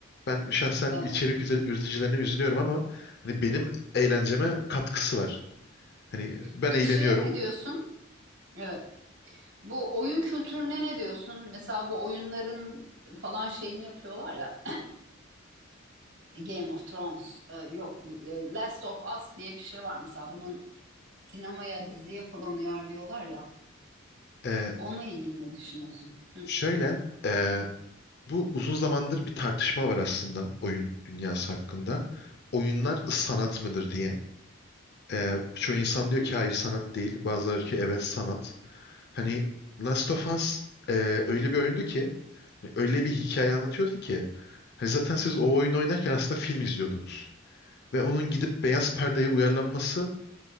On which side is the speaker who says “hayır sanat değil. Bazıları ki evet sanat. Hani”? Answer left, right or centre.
Left